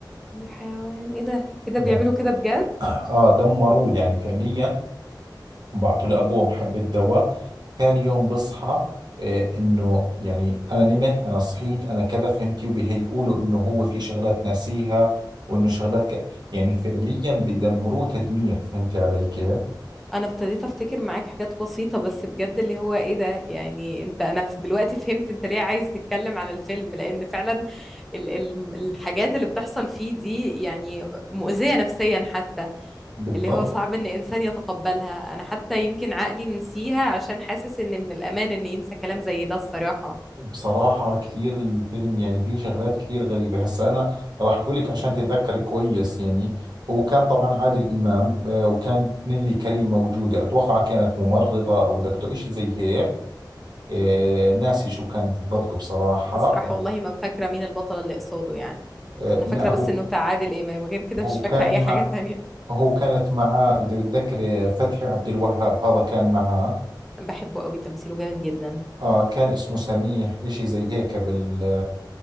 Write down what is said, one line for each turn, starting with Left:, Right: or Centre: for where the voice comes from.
Centre: يا حيوان ايه ده ايه ده
Right: يعني
Centre: بيعملوا كده بجد
Right: آه دمروه يعني فعليا وبعطوا لأبوه حبة دواء ثاني يوم بصحى آه إنه يعني أنا نمت أنا صحيت أنا كذا فهمتي وبيهيئوا له إنه هو في شغلات ناسيها وإنه شغلات ك... يعني فعليا بدمروه تدمير فهمتي علي كيف؟
Centre: انا ابتديت افتكر معاك حاجات بسيطه بس بجد اللي هو ايه ده يعني انت انا ف- دلوقتي فهمت انت ليه عايز تتكلم على الفيلم لان فعلا ال ال الحاجات اللي بتحصل فيه دي يعني مؤذيه نفسيا حتى
Right: بالضبط
Centre: اللي هو صعب ان انسان يتقبلها انا حتى يمكن عقلي نسيها عشان حاسس ان من الامان ان ينسى كلام زي ده الصراحة
Right: بصراحة كتير الفيلم يعني فيه شغلات كتير غريبة هسا أنا راح أقول لك عشان تتذكري كويس يعني هو كان طبعا عادل إمام آه، وكانت نيلي كريم موجودة أتوقع كانت ممرضة أو دكتور إشي زي هيك آه، ناسي شو كان بالضبط بصراحة
Centre: الصراحة والله ما فاكرة مين البطل اللي قصاده يعني
Right: آه،
Centre: انا
Right: لا
Centre: فاكرة
Right: هو
Centre: بس انه بتاع عادل امام غير كده
Right: هو
Centre: مش فاكرة
Right: كان
Centre: اي حاجة
Right: مع
Centre: تانية
Right: هو كانت معاه إذا بتذكري فتحي عبد الوهاب هذا كان معاه
Centre: بحبه قوي تمثيله جامد جدا
Right: آه كان اسمه سميح إشي زي هيك بال